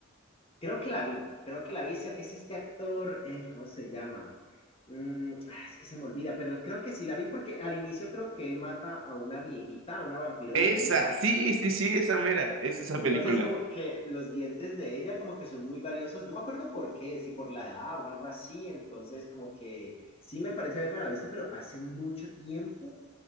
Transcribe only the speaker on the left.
Creo que la vi, creo que la vi. Es, el- es este actor, eh, ¿cómo se llama? Mm, ah, es que se me olvida, pero creo que sí la vi porque al inicio creo que él mata a una viejita, a una vampiro
viejita.
Entonces
como que los dientes de ella como que son muy valiosos. No me acuerdo por qué, si por la edad o algo así. Entonces como que sí me parece haberme la visto, pero hace mucho tiempo.